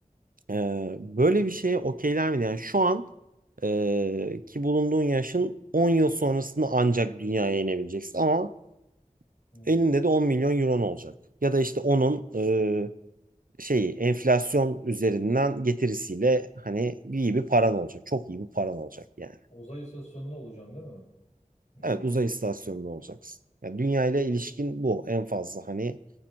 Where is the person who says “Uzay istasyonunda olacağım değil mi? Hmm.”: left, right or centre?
Left